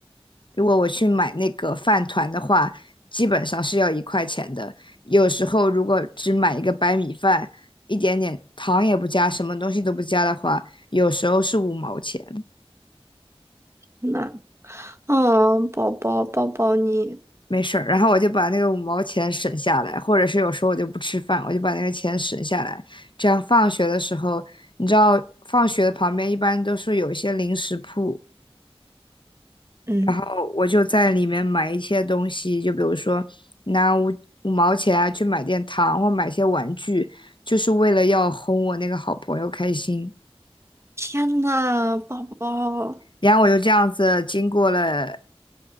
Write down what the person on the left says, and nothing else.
如果我去买那个饭团的话，基本上是要一块钱的。有时候如果只买一个白米饭，一点点糖也不加，什么东西都不加的话，有时候是五毛钱。
没事儿，然后我就把那个五毛钱省下来，或者是有时候我就不吃饭，我就把那个钱省下来，这样放学的时候，你知道放学的旁边一般都是有一些零食铺，
然后我就在里面买一些东西，就比如说拿五五毛钱啊去买点糖或买些玩具，就是为了要哄我那个好朋友开心。
然后我就这样子经过了